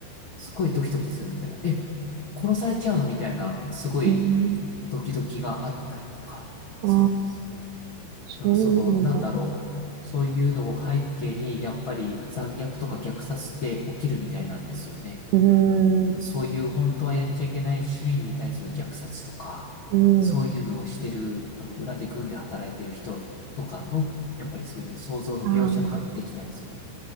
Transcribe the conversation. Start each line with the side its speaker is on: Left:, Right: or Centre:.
Left: すごいドキドキするみたいな、え、殺されちゃうのみたいな、すごい
Right: えー、
Left: ドキドキがあったりとかするんです。
Right: ああ、そうなんだ。
Left: だから、その、なんだろう、
Right: う
Left: そういうのを背景に、やっぱり残虐とか虐殺って起きるみたいなんですよね。
Right: ーん、
Left: でそういう本当はやっちゃいけない市民に対する虐殺とか、
Right: うん。
Left: そういうのをしてる、あの、裏で軍で働いてる人とかの、やっぱりそういう想像の描写とか出てきたりする。
Right: ああ。